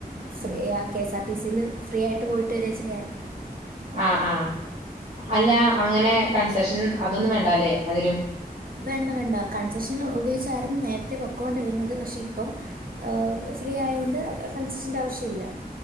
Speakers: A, on the right (about 65°); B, on the right (about 40°).
A: ഫ്രീ
B: ഉം
A: കെ സാർ ടി സില് ഫ്രീ ആയിട്ട് പോയിട്ട് വെരാ ചെയ്യാറ്
B: ആ ആ അല്ല അങ്ങനെ കൺസെഷൻ അതൊന്നും വേണ്ടാല്ലേ അതിനും
A: വേണ്ട വേണ്ട കൺസെഷൻ ഉപയോഗിച്ചായിരുന്നു നേരത്തെ പൊക്കോണ്ടിരുന്നത് പക്ഷെ ഇപ്പം- ഫ്രീ ആയോണ്ട് കൺസഷൻന്റെ ആവശ്യയില്ല.